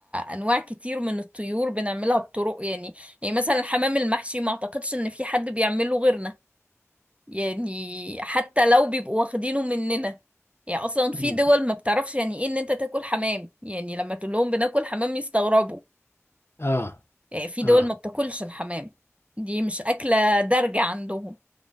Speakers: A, on the right; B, on the left.
A: أنواع كتير من الطيور بنعملها بطرق يعني يعني مثلا الحمام المحشي ما أعتقدش إن في حد بيعمله غيرنا يعني حتى لو بيبقوا واخدينه مننا يعني أصلا في
B: مم.
A: دول ما بتعرفش يعني إيه إن أنت تاكل حمام يعني لما تقول لهم بناكل حمام يستغربوا
B: اه
A: آه، في دول
B: اه
A: ما بتاكلش الحمام دي مش أكلة دارجة عندهم